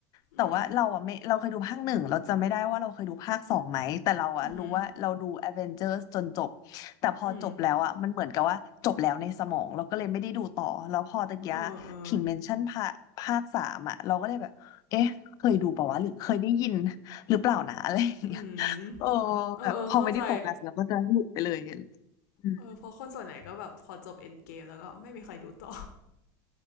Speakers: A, on the left; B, on the left.
A: อืม
B: แต่ว่าเราอะไม่เราเคยดูภาคหนึ่งเราจำไม่ได้ว่าเราเคยดูภาคสองไหมแต่เราอะรู้ว่าเราดู
A: อือหือ
B: Avengers จนจบแต่พอจบแล้วอะมันเหมือนกับว่าจบแล้วในสมองเราก็เลยไม่ได้ดูต่อแล้วพอตะกี้
A: อืมเออเออ
B: ถิงเมนชั่นภาคภาคสามอะเราก็เลยแบบเอ๊ะเคยดูเปล่าวะหรือเคยได้ยินหรือเปล่านะ <laughs> อะไรอย่างเงี้ย
A: อืม
B: โอ้
A: เออเออเข้าใจ
B: แบบพอไม่ได้โฟกัสแล้วก็จะหลุดไปเลยอืม
A: เออเพราะคนส่วนใหญ่ก็แบบพอจบเอ็นเกมแล้วก็ไม่มีใครดูต่อ <laughs>